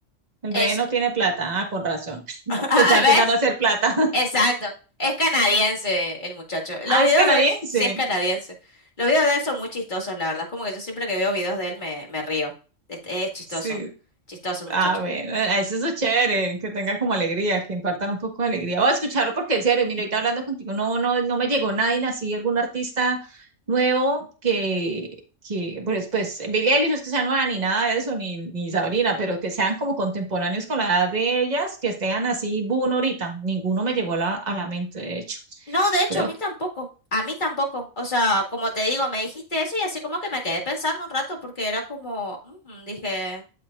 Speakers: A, on the right (about 35°); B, on the left (about 35°).
A: El
B: Es,
A: bebé no tiene plata. Ah, con razón.
B: <laughs>
A: <laughs>
B: ¿a-
A: Está intentando
B: ¿ves?
A: hacer plata.
B: Exacto. Es canadiense el muchacho. Los
A: Ah,
B: videos
A: es canadiense.
B: de él sí es canadiense. Los videos de él son muy chistosos, la verdad. Es como que yo siempre que veo videos de él me, me río. Es, es chistoso.
A: Sí.
B: Chistoso el
A: Ah,
B: muchacho.
A: bueno, eh, eso es lo chévere, que tenga como alegría, que impartan un poco de alegría. O escucharlo porque en serio, mira, ahorita hablando contigo, no, no, no me llegó nadie, así algún artista nuevo que, que pues, pues, Billie Eilish no es que sea nueva ni nada de eso, ni, ni Sabrina, pero que sean como contemporáneos con la edad de ellas, que estén así, boom, ahorita. Ninguno me llegó a la, a la mente, de hecho.
B: No, de hecho,
A: Creo
B: a mí
A: que
B: tampoco. A mí tampoco. O sea, como te digo, me dijiste eso y así como que me quedé pensando un rato porque era como, "Mm", dije,